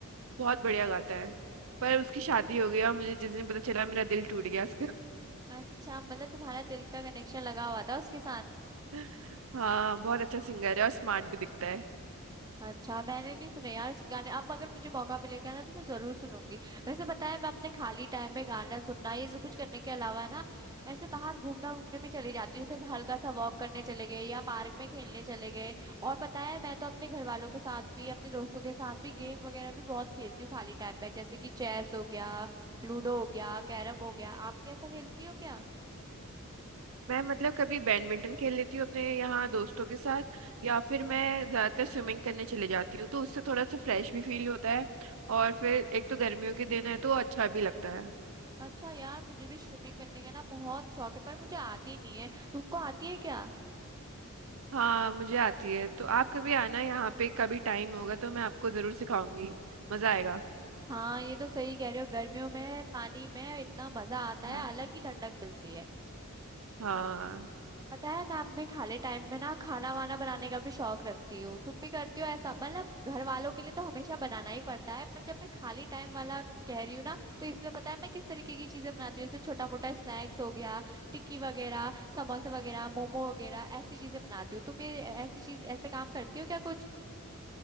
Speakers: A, on the right (about 65°); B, on the right (about 15°).
A: बहुत बढ़िया गाता है पर उसकी शादी हो गई और मुझे जिस दिन पता चला मेरा दिल टूट गया उसका
B: अच्छा मतलब तुम्हारा दिल का कनेक्शन लगा हुआ था उसके साथ
A: <laughs> हाँ बहुत अच्छा सिंगर है और स्मार्ट भी दिखता है
B: अच्छा मैंने नहीं सुने यार उसके गाने अब अगर मुझे मौका मिलेगा ना तो मैं जरूर सुनूंगी वैसे बताया मैं अपने खाली टाइम में गाना सुनना ये सब कुछ करने के अलावा ना ऐसे बाहर घूमना घूमने भी चली जाती हूँ जैसे हल्का सा वॉक करने चले गए या पार्क में खेलने चले गए और पता है मैं तो अपने घर वालों के साथ भी अपने दोस्तों के साथ भी गेम वगैरह भी बहुत खेलती हूँ खाली टाइम में जैसे कि चेस हो गया लूडो हो गया कैरम हो गया आप भी ऐसा खेलती हो क्या
A: मैं मतलब कभी बैडमिंटन खेल लेती हूँ अपने यहाँ दोस्तों के साथ या फिर मैं ज्यादातर स्विमिंग करने चले जाती हूँ तो उससे थोड़ा सा फ्रेश भी फील होता है और फिर एक तो गर्मियों के दिन है तो अच्छा भी लगता है
B: अच्छा यार मुझे भी स्विमिंग करने का ना बहुत शौक है पर मुझे आती नहीं है तुमको आती है क्या
A: हाँ मुझे आती है तो आप कभी आना यहाँ पे कभी टाइम होगा तो मैं आपको जरूर सिखाऊंगी मजा आएगा
B: हाँ ये तो सही कह रहे हो गर्मियों में पानी में इतना मजा आता है
A: हाँ
B: अलग ही ठंडक मिलती है
A: हाँ
B: पता है मैं अपने खाली टाइम में ना खाना वाना बनाने का भी शौक रखती हूँ तुम भी करती हो ऐसा मतलब घर वालों के लिए तो हमेशा बनाना ही पड़ता है पर जब मैं खाली टाइम वाला कह रही हूँ ना तो इसमें पता है मैं किस तरीके की चीजें बनाती हूँ जैसे छोटा मोटा स्नैक्स हो गया टिक्की वगैरह समोसे वगैरह मोमो वगैरह ऐसी चीजें बनाती हूँ तुम ये ऐसी चीज ऐसे काम करती हो क्या कुछ